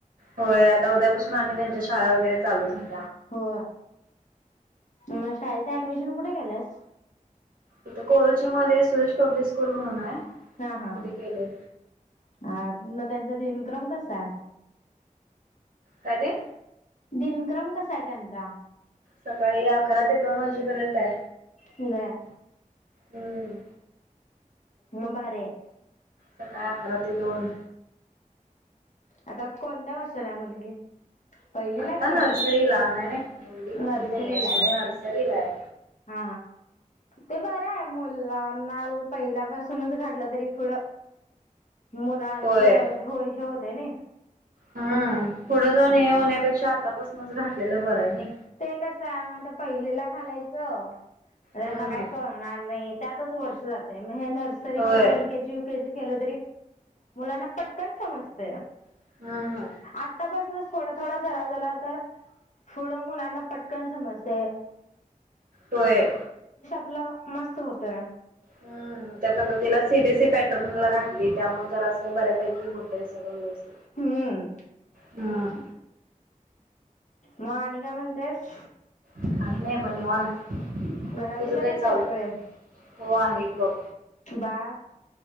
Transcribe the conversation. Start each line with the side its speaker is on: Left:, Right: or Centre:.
Right: होय आता उद्यापासून आणि त्यांच्या शाळा वगैरे चालू झा
Left: हो म शा ऍडमिशन कुठे केलंस
Right: तथ कोरुची मध्ये सुरेश पब्लिक स्कूल म्हणून आहे
Left: हा हा
Right: तिथे केले
Left: मग त्यांचा दिनक्रम कसा आहे
Right: काय ते
Left: दिनक्रम कसा आहे त्यांचा
Right: सकाळी अकरा ते दोन वाजेपर्यंत हाय
Left: बर
Right: हम्म
Left: म भारी हाय
Right: सकाळी अकरा ते दोन
Left: आता कोणत्या वर्षाला मुलगी पहिलीला
Right: आता
Left: की
Right: नर्सरीला नय नय एवढ
Left: नर्सरीला
Right: मोठी नाहीय
Left: आहे
Right: सोड
Left: व्हय
Right: नर्सरीला हाय.
Left: हा ते बर आहे मुलांना प पासुनच घातलं तरी पुढ मुलांच
Right: होय
Left: हो तेनी
Right: हम्म थोडं जाण हे होण्यापेक्षा आतापासूनच घातलेलं बरं आहे न
Left: ते कसं आहे मग आता पहिलीला घालायचं अ त्यांना
Right: हम्म
Left: काय कळणार नय त्यातच वर्ष जातय नर्सरी
Right: होय
Left: किंवा L K G U K G केलं तरी मुलांना पटकन समजत
Right: हम्म
Left: आतापासनच थोडा थोडा सराव झाला तर पुढ. मुलांना पटकन समजतय.
Right: होय.
Left: आपल मस्त होतोय.
Right: हम्म. त्यात आता तिला सि बी सी पॅटर्नला घाातली त्यामुळे जरा असं बऱ्यापैकी होतंय सगळं व्यवस्थ.
Left: हम्म.
Right: हम
Left: म आणि काय म्हणतेस.
Right: काही नाही ब निवांत.
Left: घरातली
Right: तुझं काय
Left: बर आहेत
Right: चाललंय?
Left: का सगळे?
Right: हो आहेत बघ
Left: बाळ.